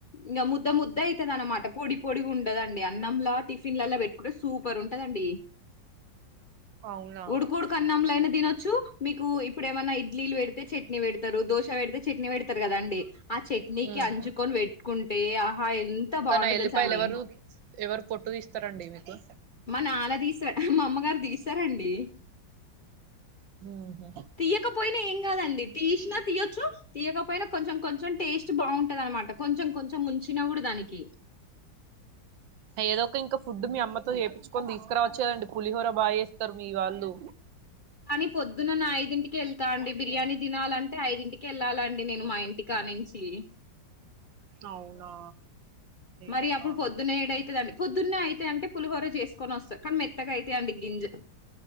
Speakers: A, on the left; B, on the right.
A: ఇంకా ముద్ద ముద్ద అయితది అనమాట పొడి పొడి ఉండదండి అన్నంలా టిఫిన్లలా పెట్టుకుంటే సూపర్ ఉంటదండి
B: అవునా
A: ఉడుకుడుకున్నంలో అయినా తినొచ్చు మీకు ఇప్పుడు ఏమైన్నా ఇడ్లిలు పెడితే చట్నీ పెడుతరు దోశ పెడితే చట్నీ పెడతరు కదండి ఆ చట్నీకి
B: ఉమ్
A: అంచుకొని పెట్టుకుంటే ఆహా ఎంత బాగుంటో
B: కానీ ఆ ఎల్లిపాయలు
A: తెలుసా అండి
B: ఎవరు ఎవరు పొట్టు ఇస్తారంండి మీకు
A: మా నాన్న తీస్తారు మా అమ్మగారు తీస్తారండి
B: ఉహు
A: తీయకపోయినా ఏం కాదండి తీసినా తీయొచ్చు తీయకపోయినా కొంచెం కొంచెం టేస్ట్ బాగుంటది అనమాట కొంచెం కొంచెం ముంచిన కూడా దానికి
B: ఏదో ఒక ఇంకా ఫుడ్ మీ అమ్మతో చేపించుకొని తీసుకురావచ్చు కాదండి పులిహోర బాగాచెస్తారు మీ వాళ్ళు
A: కానీ పొద్దునన ఐదింటికి వెళ్తా అండి బిర్యానీ తినాలంటే ఐదింటికి వెళ్లాలండి నేను మా ఇంటికి కా నించి
B: అవునా
A: మరి
B: ఇంకా
A: అప్పుడు పొద్దున్న ఏదయితడండి పొద్దున్న అయితే అంటే పులిహోర చేసుకొని వస్తంది కానీ మెత్తగా అయితయండి గింజలు